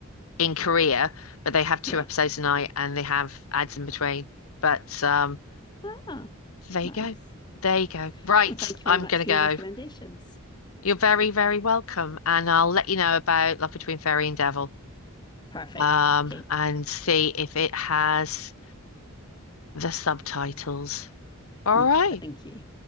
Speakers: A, on the left (about 75°); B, on the left (about 20°).
A: in Korea, but they have two
B: Yeah.
A: episodes a night and they have ads in between. But um,
B: Ah,
A: there
B: nice.
A: you go. There you go. Right,
B: Well, thank you very
A: I'm
B: much
A: gonna
B: for
A: go.
B: your recommendations.
A: You're very, very welcome, and I'll let you know about Love Between Fairy and Devil.
B: Perfect.
A: um,
B: Okay.
A: and see if it has the subtitles. All
B: Yeah.
A: right.
B: Thank you.